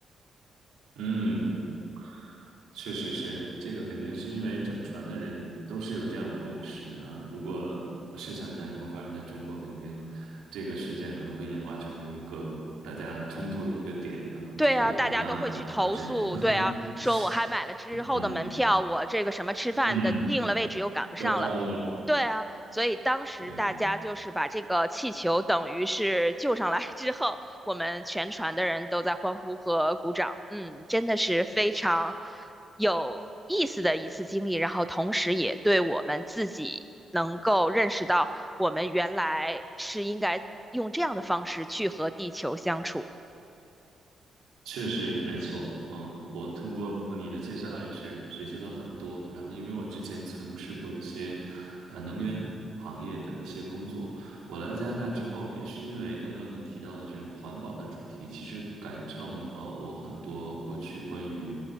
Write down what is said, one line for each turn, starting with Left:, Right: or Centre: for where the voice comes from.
Right: 嗯，确实是，这个肯定是因为整船的人都是有这样的共识啊。如果我设想一下，如果发生在中国，肯定这个事件可能会演化成为一个大家冲突的一个点，可能就会有人骂呀，
Centre: 对啊，大家都会去投诉。
Right: 或者是
Centre: 对啊，
Right: <laughs>
Centre: 说我还买了之后的门票，
Right: 嗯
Centre: 我这个什么吃饭的定了位置又赶不上了。
Right: 嗯，都耽误了。
Centre: 对啊，所以当时大家就是把这个气球等于是救上来
Right: 对。
Centre: <laughs> 之后，我们全船的人都在欢呼和鼓掌。嗯，真的是非常有意思的一次经历，然后同时也对我们自己能够认识到，我们原来是应该用这样的方式去和地球相处，
Right: 确实没错，嗯，我通过你的介绍也是学习了很多。然后，因为我之前从事过一些呃能源行业的一些工作，我来加拿大之后，也是因为刚刚你提到的这种环保的主题，其实改正了我很多过去关于